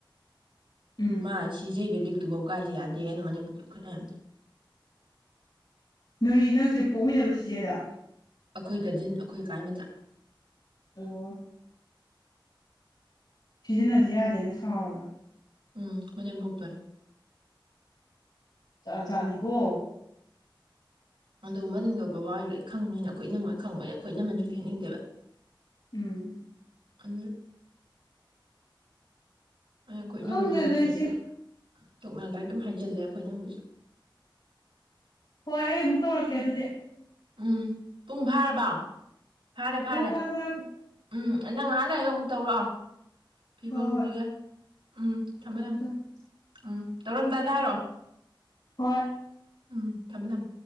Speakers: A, on the left; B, on the right.
A: ꯎꯝ
B: ꯃꯥ ꯁꯤꯖꯩꯕꯦ ꯇꯨꯕꯧ ꯀꯥꯏꯁꯨꯦ ꯌꯥꯗꯦꯅ ꯃꯅꯤꯡꯄꯕꯨꯛꯇꯨ ꯈꯠꯅꯩꯕꯅꯦ
A: ꯅꯣꯏ ꯅꯪꯁꯦ ꯄꯣꯛꯃꯤꯟꯅꯕ ꯆꯤꯆꯦꯗ
B: ꯑꯩꯈꯣꯏ ꯀꯥꯖꯤꯟ ꯑꯩꯈꯣꯏ ꯀꯥꯏꯃꯆꯥ
A: ꯑꯣ ꯁꯤꯖꯤꯟꯅꯁꯦ ꯌꯥꯗꯦꯅ ꯁꯥꯎꯔꯒ
B: ꯎꯝ ꯃꯅꯌꯥꯝ ꯄꯣꯛꯇꯔ
A: ꯥꯖꯥꯠꯅꯤꯀꯣ
B: ꯑꯗꯨꯒ ꯃꯒꯤ ꯑꯣꯏ ꯕꯕꯥ ꯋꯥꯔꯤꯗꯣ ꯑꯩ ꯈꯪꯕꯅꯤꯅ ꯑꯩꯈꯣꯏ ꯏꯅꯝꯃꯣꯏꯅ ꯈꯪꯕꯅꯤ ꯑꯩꯈꯣꯏ ꯏꯅꯃꯟꯁꯨ ꯂꯩꯍꯅꯤꯡꯗꯦꯕ
A: ꯎꯝ
B: ꯑ ꯑ ꯑꯩ ꯀꯣꯏꯅꯃꯟ
A: ꯈꯪꯗꯦꯗ
B: ꯍꯥꯡꯛꯄꯗꯁꯨ
A: ꯏꯆꯦ
B: ꯇꯣꯛꯅꯈ꯭ꯔꯦ ꯑꯗꯨꯝ ꯍꯥꯏꯖꯤꯜꯂꯦ ꯑꯩꯈꯣꯏꯅꯝꯗꯁꯨ
A: ꯍꯣꯏ ꯑꯩ ꯑꯃꯨꯛ ꯇꯧꯔꯛꯀꯦ ꯑꯗꯨꯗꯤ
B: ꯎꯝ ꯄꯨꯡ ꯐꯔꯕ ꯐꯔꯦ ꯐꯔꯦ
A: ꯄꯨꯡ ꯐꯥ ꯐꯥ
B: ꯎꯝ ꯅꯪ ꯉꯍꯥꯟ ꯂꯩꯔꯒ ꯑꯃꯨꯛ ꯇꯧꯔ‌ꯛꯑꯣ ꯐꯤ
A: ꯍꯣꯏ
B: ꯐꯥꯎꯔꯨꯈꯤꯦꯒ
A: ꯍꯣꯏ
B: ꯎꯝ ꯊꯝꯃ
A: ꯊꯝꯃꯣ
B: ꯊꯝꯃ
A: ꯊꯝꯃꯣ
B: ꯎꯝ ꯇꯧꯔꯝꯗꯥꯏ ꯑꯔꯣ
A: ꯍꯣꯏ
B: ꯎꯝ ꯊꯝꯃꯦ ꯊꯝ